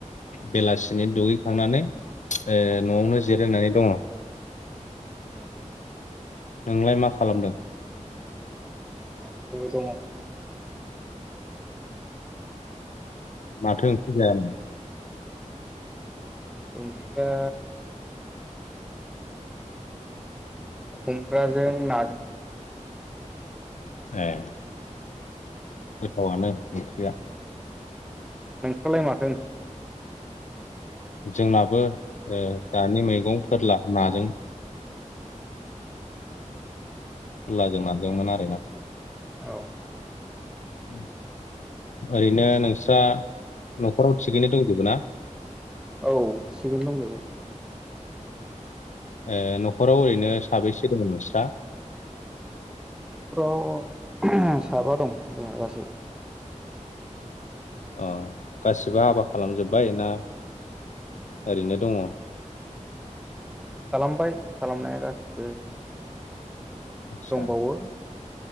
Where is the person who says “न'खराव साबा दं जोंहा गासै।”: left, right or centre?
Centre